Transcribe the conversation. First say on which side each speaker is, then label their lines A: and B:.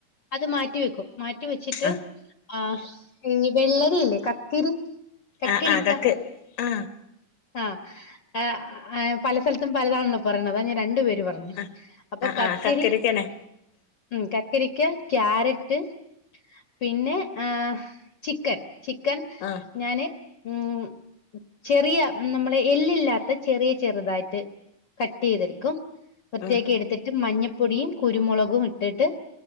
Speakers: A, on the left; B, on the left.
A: അത് മാറ്റി വെക്കും മാറ്റി വെച്ചിട്ട്
B: ആ
A: ആഹ് ഇഞ് വെള്ളരില്ലേ കക്കരി കക്കരിക്ക
B: ആ ആ കക്ക് ആ
A: ആ ഏഹ് പല സ്ഥലത്തും പലതാണല്ലോ പറയണത് അതാ ഞാൻ രണ്ടുപേരും പറഞ്ഞു
B: ആ
A: അപ്പൊ
B: ആ
A: കക്കരി
B: ആ കക്കരിക്കനെ
A: ഉം കക്കരിക്ക കാരറ്റ് പിന്നെ ഏഹ് ചിക്കൻ ചിക്കൻ
B: ആഹ്
A: ഞാന് ഉം ചെറിയ നമ്മുടെ എല്ലില്ലാത്ത ചെറിയ ചെറുതായിട്ട് കട്ട്യ്തെടുക്കും വൃത്തിയാക്കി
B: ഉം
A: എടുത്തിട്ട് മഞ്ഞപ്പൊടിയും കുരുമുളകും ഇട്ടിട്ട്